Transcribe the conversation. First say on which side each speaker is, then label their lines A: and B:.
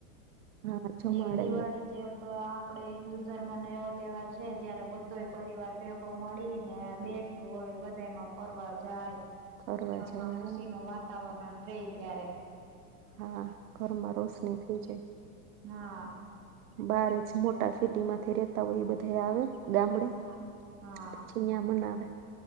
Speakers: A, on the right (about 80°); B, on the right (about 40°).
A: હા જમાડેને
B: એક દિવાળી જે એક આપડે હિન્દુ ધર્મને એવો તહેવાર જયારે બધો પરિવાર ભેગો મળી ને બેઠું હોય બધામાં ફરવા જાય.
A: ફરવા
B: ઘરમાં
A: જયા
B: ખુશી નું વાતાવરણ રે ત્યારે.
A: હા ઘરમાં
B: હમ
A: રોશની થઈ જાય.
B: હા.
A: બાર જ મોટા સિટી માંથી રેતા હોય એ બધા આવે. ગામડે
B: હા હા
A: પછી મેમણ આવે